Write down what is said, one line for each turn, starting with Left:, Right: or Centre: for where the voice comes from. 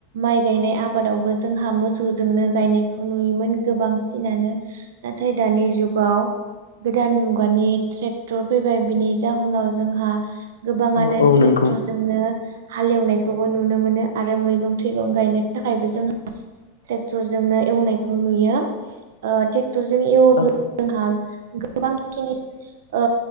Right: माइ गायनाय आबादावबो जोंहा मोसौजोंनो गायनायखौ नुयोमोन गोबां। बांसिनानो नाथाय दानि जुगाव गोदान मुगानि ट्रेक्टर फैबाय बिनि जाहोनाव जोंहा गोबाङानो
Left: औ औ
Right: ट्रेक्टरजोंनो
Left: नंगौ
Right: हालेवनायखौबो नुनो मोनो आरो मैगं थाइगं गायनो थाखायबो जोंहा ट्रेक्टरजोंनो एवनायखौ नुयोे ओ ट्रे क्टरजों एवोब्ला
Left: औ
Right: जोंहा गोबांखिनि ओ